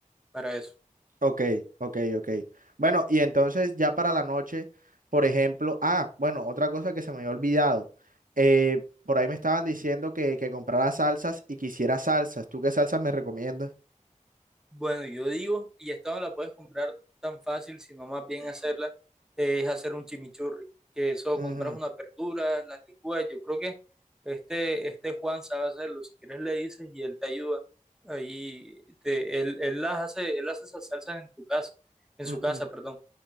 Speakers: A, in the centre; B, on the right.
A: para eso.
B: Ok, ok, ok. Bueno, y entonces ya para la noche, por ejemplo, ah, bueno, otra cosa que se me había olvidado. eh, por ahí me estaban diciendo que, que comprara salsas y quisiera salsas. ¿Tú qué salsas me recomiendas?
A: Bueno, yo digo, y esta no la puedes comprar tan fácil, sino más bien hacerla, eh, es hacer un chimichurri, que eso
B: Ujú,
A: compras unas verduras, las licúas, yo creo que este, este Juan sabe hacerlo, si quieres le dices y él te ayuda, ahí te- él, él las hace, él hace esas salsas en tu casa, en
B: ujú.
A: su casa, perdón.